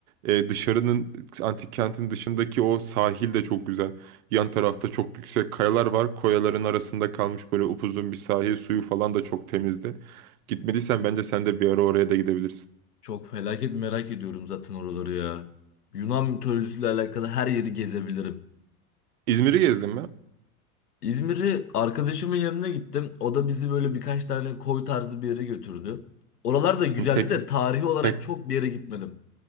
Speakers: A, on the right (about 70°); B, on the left (about 85°).
A: Ee, dışarının antik kentin dışındaki o sahil de çok güzel. Yan tarafta çok yüksek kayalar var. Koyaların arasında kalmış böyle upuzun bir sahil suyu falan da çok temizdi. Gitmediysen bence sen de bir ara oraya da gidebilirsin.
B: Çok felaket merak ediyorum zaten oraları ya. Yunan mitolojisiyle alakalı her yeri gezebilirim.
A: İzmir'i gezdin mi?
B: İzmir'i arkadaşımın yanına gittim. O da bizi böyle birkaç tane koy tarzı bir yere götürdü. Oralar da güzeldi
A: Tek,
B: de tarihi olarak
A: tek,
B: çok bir yere gitmedim.